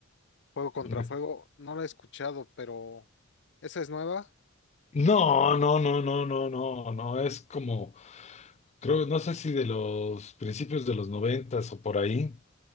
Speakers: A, on the left; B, on the left.
A: Fuego contra
B: Una-
A: fuego, no la he escuchado, pero esa es nueva.
B: No, no, no, no, no, no, no, es como, creo, no sé si de los principios de los noventas o por ahí.